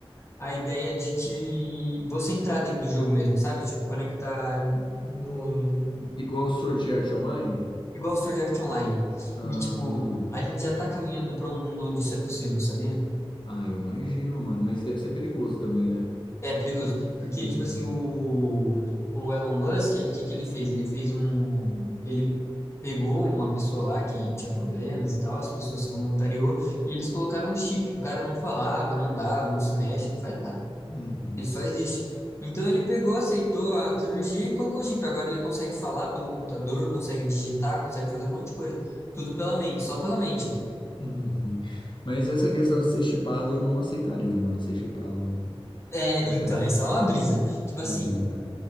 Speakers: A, on the left; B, on the left.
A: a ideia de que você entrar dentro do jogo mesmo, sabe? Tipo, conectar no,
B: Igual o Sword Art Online?
A: Igual Sword Art Online.
B: Ah,
A: E, tipo, a gente já tá caminhando para um mundo onde isso é possível, sabia?
B: ah, eu imagino, mano. Mas deve ser perigoso também, né?
A: É perigoso. Porque,
B: Uhum,
A: tipo assim, o, o Elon Musk, ele, o que que ele fez? Ele fez um... Ele pegou uma pessoa lá que tinha problemas e tal, as pessoas se voluntariou, e eles colocaram um chip. O cara não falava, não andava, não se mexe, não faz nada.
B: uhum,
A: Ele só existe. Então ele pegou, aceitou a cirurgia e colocou o chip. Agora ele consegue falar pelo computador, consegue digitar, consegue fazer um monte de coisa. Tudo pela mente, só pela mente, mano.
B: uhum. Mas essa questão de ser chipado, eu não aceitaria, mano, ser chipado, mano.
A: É,
B: Aceita.
A: então, essa é uma brisa. Tipo assim,
B: É.